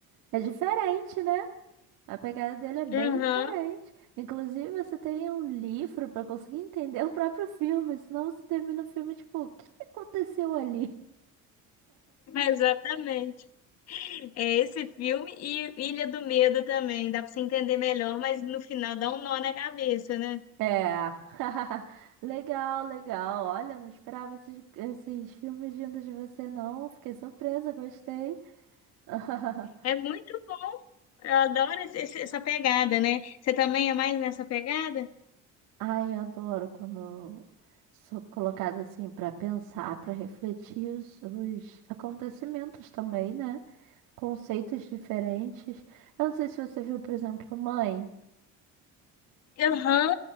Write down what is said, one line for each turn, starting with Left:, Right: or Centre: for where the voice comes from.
Right: é diferente, né? A pegada dele é bem
Left: Aham,
Right: diferente. Inclusive, você tem um livro pra conseguir entender o próprio filme, senão você termina o filme tipo, o que que aconteceu ali?
Left: exatamente. É esse filme e Ilha do Medo também, dá pra você entender melhor, mas no final dá um nó na cabeça, né
Right: É. <laughs> Legal, legal. Olha, não esperava esses, esses filmes vindo de você, não. Fiquei surpresa, gostei. <laughs>
Left: É muito bom. Eu adoro esse- esse- essa pegada, né? Você também é mais nessa pegada?
Right: Ai, eu adoro quando sou colocada assim pra pensar, pra refletir os, os acontecimentos também, né? conceitos diferentes. Eu não sei se você viu, por exemplo, Mãe.
Left: Aham.